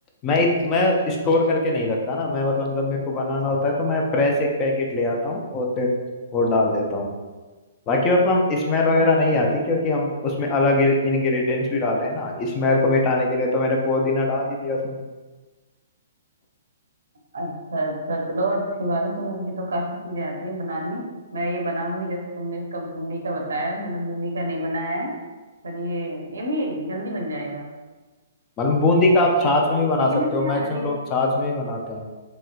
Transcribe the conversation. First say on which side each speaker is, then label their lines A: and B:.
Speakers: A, on the left; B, on the right.
A: मैं इत- मैं स्टोर करके नहीं रखता ना मैं मतलब जब मेरे को बनाना होता है तो मैं फ्रेश एक पैकेट ले आता हूँ और फिर वो डाल देता हूँ बाकी मतलब स्मेल वगैरह
B: अच्छा
A: नहीं आती क्योंकि हम उसमें अलग इंग्रेडिएंट्स भी डाल रहे हैं ना स्मेल को मिटाने के लिए तो मैंने पुदीना डाल ही दिया उसमें
B: अच्छा अच्छा चलो अच्छी बात है तुम्हें भी तो काफी चीजें आती हैं बनानी मैं ये बनाऊंगी जैसे तुमने इसका बूंदी का बताया मैंने बूंदी का नहीं बनाया है पर ये ये भी जल्दी बन जाएगा
A: मतलब बूंदी का आप छाछ में भी बना
B: लेकिन
A: सकते
B: इसमें
A: हो मैक्सिमम
B: हम हरी
A: लोग छाछ में ही बनाते हैं